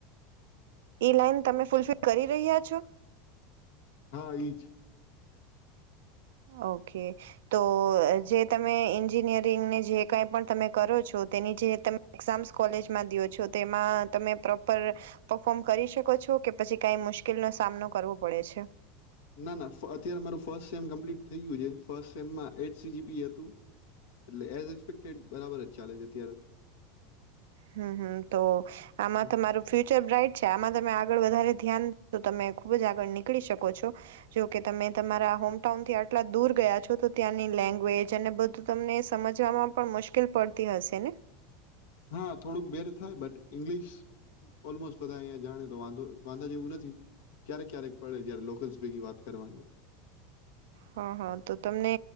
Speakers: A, on the right; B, on the left.
A: એ લાઈન તમે ફૂલફિલ
B: હં,
A: કરી રહ્યા છો
B: હા ઈજ.
A: ઓકે. તો જે તમે એન્જિનિયરિંગને જે કંઈ પણ તમે કરો છો તો તેની જે તમે એક્ઝામસ કોલેજમાં દ્યો છો તેમાં તમે પ્રોપર પફોર્મ કરી શકો છો કે પછી કાય મુશ્કીલનો સામનો કરવો પડે છે?
B: ના, ના, ફ અત્યારે મારું ફર્સ્ટ સેમ કમ્પ્લીટ થઈ ગ્યું જે. ફર્સ્ટ સેમમાં એટ સી જી પી હતું. એટલે એઝ એક્સપેક્ટેડ બરાબર જ ચાલે છે અત્યારે.
A: હમ્મ, હમ્મ, તો આમાં
B: હમ.
A: તમારું ફ્યુચર બ્રાઈટ છે. આમાં તમે આગળ વધારે ધ્યાન તો તમે ખુબ જ આગળ નીકળી શકો છો. જોકે તમે તમારા હોમટાઉન થી આટલા દૂર ગયા છો, તો ત્યાંની લેંગ્વેજ અને બધું તમને સમજવામાં પણ મુશ્કેલ પડતી હશે ને?
B: હા, થોડુંક બેર થાય. બટ, ઈંગ્લિશ ઓલમોસ્ટ બધા અયા જાણે તો વાંધો વાંધા જેવું નથી. ક્યારેક ક્યારેક પડે જારે લોકલ્સ ભેગી વાત કરવાની હોય.
A: હં, હં, તો તમને